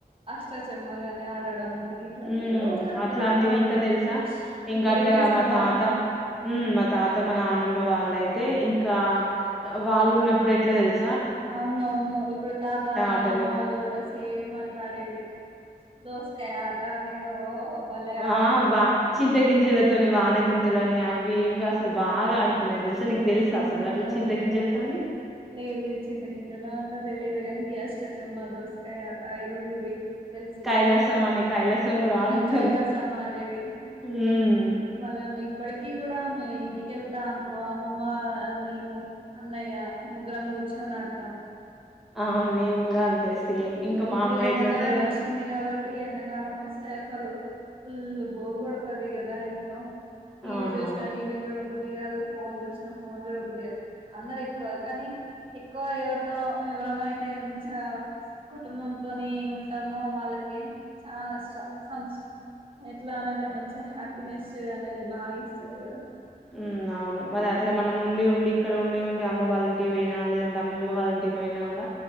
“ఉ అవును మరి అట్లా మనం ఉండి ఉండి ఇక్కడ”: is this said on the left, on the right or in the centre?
Centre